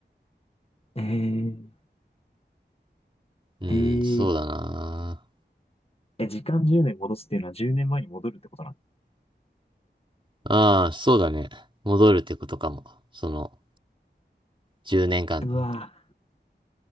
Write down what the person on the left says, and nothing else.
えー、
えー、
え、時間10年戻すっていうのは10年前に戻るってことなの
うわ